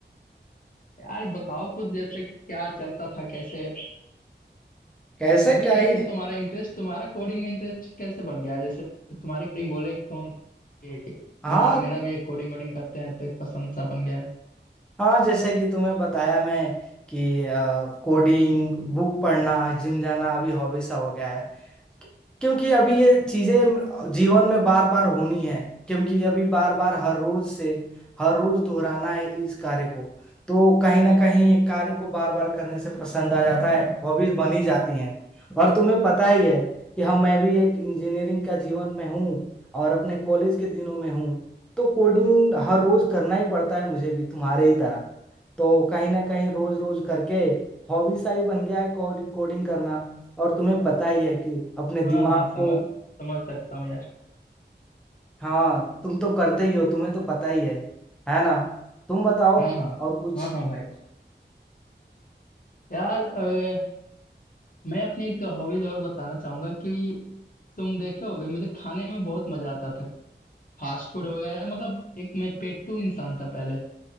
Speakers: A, on the left; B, in the centre.
A: यार बताओ कुछ जैसे क्या चलता था कैसे
B: कैसे
A: अभी
B: क्या
A: कैसे
B: ही
A: तुम्हारा इंटरेस्ट तुम्हारा कोडिंग में इंटरेस्ट कैसे बन गया जैसे तुम्हारी कोडिंग बोले तो तुम्हारा
B: हाँ
A: मेरा भी कोडिंग वोडिंग करते हैं तो एक पसंद सा बन गया है
B: हाँ जैसे कि तुम्हें बताया मैं कि कोडिंग बुक पढ़ना जिम जाना अभी हॉबी सा हो गया है क्योंकि अभी ये चीजें जीवन में बार बार होनी है क्योंकि अभी बार बार हर रोज से हर रोज दोहराना है इस कार्य को तो कहीं ना कहीं ये कार्य को बार बार करने से पसंद आ जाता है हॉबीज बनी जाती हैं और तुम्हें पता ही है कि हम मैं भी एक इंजीनियरिंग का जीवन में हूँ और अपने कॉलेज के दिनों में हूँ तो कोडिंग हर रोज करना ही पड़ता है मुझे भी तुम्हारे ही तरह तो कहीं ना कहीं रोज रोज करके हॉबी सा ही बन गया है कोडिंग कोडिंग करना और तुम्हें पता ही है कि अपने दिमाग
A: हाँ हाँ समझ
B: को
A: समझ सकता हूँ यार
B: हाँ तुम तो करते ही हो तुम्हें तो पता ही है है ना तुम बताओ
A: हाँ हाँ
B: और कुछ
A: हाँ हाँ भाई यार अ, मैं अपनी एक हॉबीज और बताना चाहूंगा कि तुम देखे होगे मुझे खाने में बहुत मजा आता था फास्ट फूड वगैरह मतलब एक मैं पेटू इंसान था पहले